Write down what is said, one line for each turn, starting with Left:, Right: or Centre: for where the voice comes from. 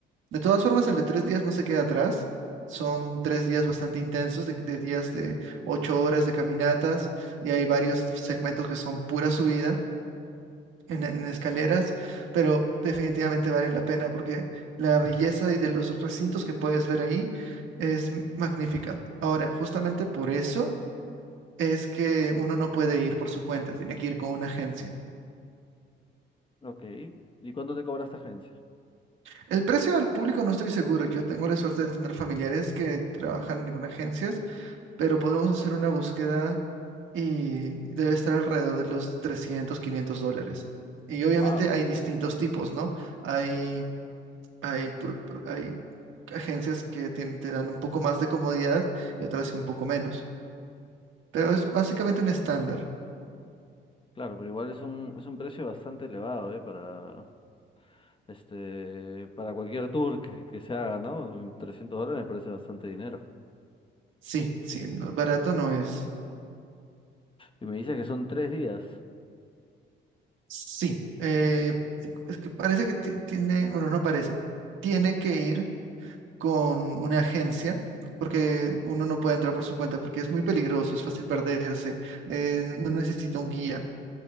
Right: De todas formas, el de tres días no se queda atrás. Son tres días bastante intensos, de, de días de ocho horas de caminatas, y hay varios segmentos que son pura subida en, en escaleras, pero definitivamente vale la pena porque la belleza y de los recintos que puedes ver ahí es m- magnífica. Ahora, justamente por eso es que uno no puede ir por su cuenta, tiene que ir con una agencia.
Left: Ok. ¿Y cuánto te cobra esta agencia?
Right: El precio al público no estoy seguro. Yo tengo la suerte de tener familiares que trabajan en agencias pero podemos hacer una búsqueda y debe estar alrededor de los 300 500 dólares. Y obviamente
Left: Wow.
Right: hay distintos tipos, ¿no? Hay, hay, pro- pro- hay agencias que tienen- te dan un poco más de comodidad y otras que un poco menos. Pero es básicamente un estándar.
Left: Claro, pero igual es un, es un precio bastante elevado, ¿eh? Para, este, para cualquier tour que, que se haga, ¿no? 300 dólares me parece bastante dinero.
Right: Sí, sí, no- barato no es.
Left: Y me dice que son tres días.
Right: Sí, eh, es que parece que ti- tiene, bueno, no parece. Tiene que ir con una agencia, porque uno no puede entrar por su cuenta, porque es muy peligroso, es fácil perderse, eh, no necesita un guía.